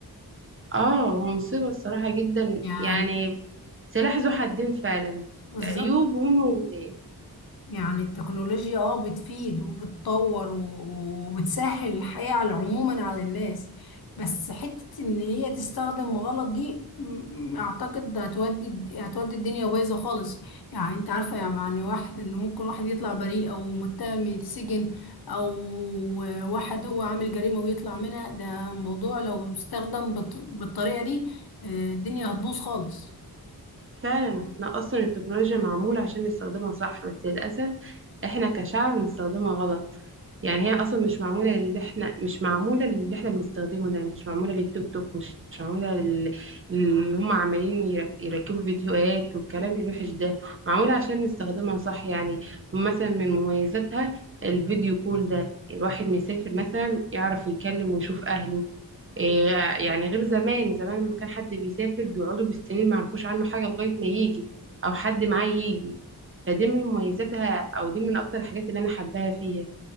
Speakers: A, on the right; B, on the left.
A: اه هو مصيبه الصراحه جدا
B: يعني
A: يعني سلاح ذو حدين فعلا
B: بالظبط
A: عيوب ومميزات
B: يعني التكنولوجيا اه بتفيد وبتطور و- وبتسهل الحياة على عموما على الناس بس حتة ان هي تستخدم غلط دي م- م- اعتقد هتودي هتودي الدنيا بايظة خالص يعني انت عارفة يعني واحد انه ممكن واحد يطلع بريء او متهم يتسجن او واحد هو عامل جريمة ويطلع منها ده موضوع لو استخدم بالط- بالطريقة دي آه، الدنيا هتبوظ خالص
A: فعلا احنا اصلا التكنولوجيا معمولة عشان نستخدمها صح بس للأسف احنا كشعب بنستخدمها غلط يعني هي اصلا مش معمولة للي احنا مش معمولة للي احنا بنستخدمه ده مش معمولة للتيك توك مش معمولة لل- اللي هم عمالين يرك- يركبوا فيديوهات والكلام الوحش ده معمولة عشان نستخدمها صح يعني مثلا من مميزاتها الفيديو كول ده الواحد مسافر مثلا يعرف يكلم ويشوف أهله إيه، يعني غير زمان زمان لما كان حد بيسافر بيقعدوا بالسنين ما يعرفوش عنه حاجة لغاية ما يجي أو حد معاه يجي فدي من مميزاتها أو دي من أكتر الحاجات اللي أنا حباها فيها